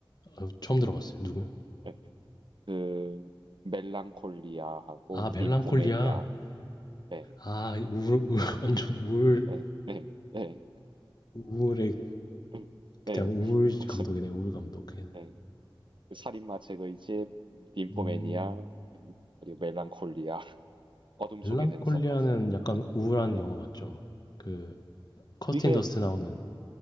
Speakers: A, on the left; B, on the right.
A: 어 처음 들어봤어요. 누구요?
B: 네, 그 멜랑콜리아하고
A: 아 멜랑콜리아.
B: ним포매니아 네,
A: 아 우울 우울 <laughs> 완전 우울
B: 네, 네, 네,
A: 우울의
B: 음, 네,
A: 그냥 우울
B: <laughs> 맞습니다.
A: 감독이네. 우울 감독. 그냥.
B: 네. 그 살인마 제거의 집, ним포매니아
A: 음.
B: 그리고 멜랑콜리아 <laughs> 어둠
A: 멜랑콜리아는
B: 속의 댄서까지.
A: 약간 우울한
B: 네,
A: 영화 맞죠? 그 커스틴
B: 이게
A: 더스트 나오는